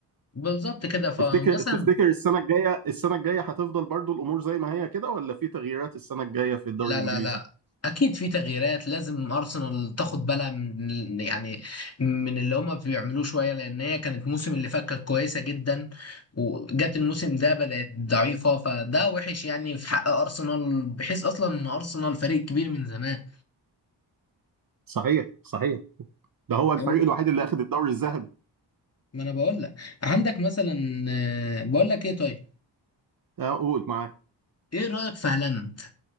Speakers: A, on the left; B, on the right.
A: بالظبط كده فمثلا
B: تفتكر تفتكر السنه الجايه السنه الجايه هتفضل برضو الامور زي ما هي كده ولا في تغييرات السنه الجايه في الدوري
A: لا
B: الانجليزي
A: لا لا اكيد في تغييرات لازم ارسنال تاخد بالها من يعني من اللي هما بيعملوه شويه لان هي كانت الموسم اللي فات كانت كويسه جدا وجت الموسم ده بدات ضعيفه فده وحش يعني في حق ارسنال بحيث اصلا ان ارسنال فريق كبير من زمان
B: صحيح صحيح ده هو الفريق
A: أيوة.
B: الوحيد اللي اخذ الدوري الذهبي
A: ما انا بقول لك عندك مثلا آه، بقول لك ايه طيب
B: آه، قول معاك
A: ايه رايك في هالاند